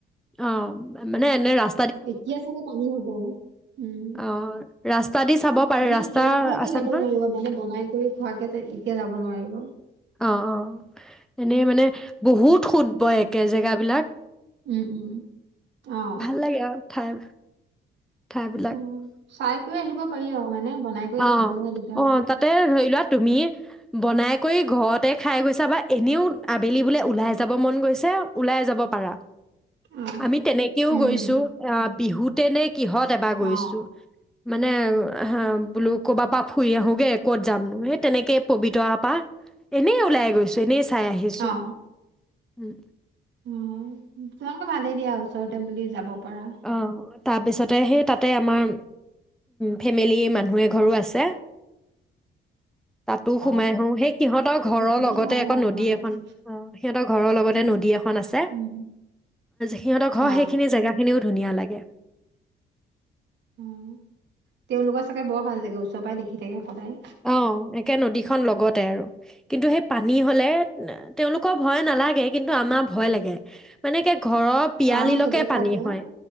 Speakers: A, in the centre; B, on the right (about 70°).
A: অ', মানে এনে ৰাস
B: এতিয়া চাগে পানী হ'ব উম,
A: অ', ৰাস্তা দি চাব পাৰে
B: মানে
A: ৰাস্তা
B: খানা খোৱাকে
A: আছে
B: যাব
A: নহয়
B: নোৱাৰিব মানে বনাই কৰি খোৱাকে এতিয়া যাব নোৱাৰিব।
A: অ' অ'এনেই মানে বহুত সোঁত বয় একে জেগাবিলাক।
B: উম, উম, অ'।
A: ভাল লাগে আৰু ঠাই। ঠাইবিলাক
B: উম চাই কৰি আহিব পাৰি আৰু মানে বনাই কৰি
A: অ'
B: খাবলৈহে দিগদাৰ
A: অ'
B: হ'ব
A: তাতে ধৰি লোৱা তুমি বনাই কৰি ঘৰতে খাই গৈছা বা এনেও আবেলি বোলে ওলাই যাব মন গৈছে, ওলাই যাব পাৰা।
B: অ
A: আমি তেনেকেও
B: উম
A: গৈছো
B: উম
A: আঃ বিহুত তেনেক কিহত এবাৰ গৈছো।
B: অ
A: মানে আ হা বোলো ক'বাপা ফুৰি আহোগে ক'ত যামনো, এই তেনেকে পবিত্ৰৰা পা এনেই ওলাই গৈছো এনেই। চাই আহিছোঁ।
B: অ
A: উম।
B: অ। তোমোকক ভালেই দিয়া ওচৰতে বুলি যা যাব। পাৰা
A: অ', তাৰ‌ পিছতে সেই তাত তাতে আমাৰ, ফেমিলি মানুহ এঘৰো আছে। তাতো সোমাই
B: অ
A: আহো সেই সিহঁতৰ ঘৰৰ
B: তে সুবিধাই
A: লগতে আকৌ
B: হয়
A: নদী
B: তোমালোকৰ
A: এখন। অ', সিহঁতৰ ঘৰৰ লগতে নদী এখ খন আছে
B: উম,
A: সিহঁতৰ ঘৰ
B: অ
A: সেইখিনি জেগা। ধুনীয়া লাগে।
B: উম, তেওঁলোকৰ চাগে বৰ ভাল লাগে ওচৰ পৰা দেখি থাকে। সদায়
A: অ', একে নদীখন লগতে আৰু। কিন্তু সেই পানী হলে তেওঁলোকৰ ভয় নালাগে কিন্তু আমাৰ ভয় লাগে মানে কে ঘৰৰ পিয়ালিলকে
B: অ আমি নেদেখা
A: পানী
B: যে
A: হয়।